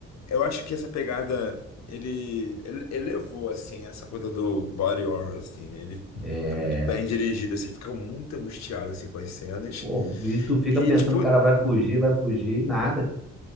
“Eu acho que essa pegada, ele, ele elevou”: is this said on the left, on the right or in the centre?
Left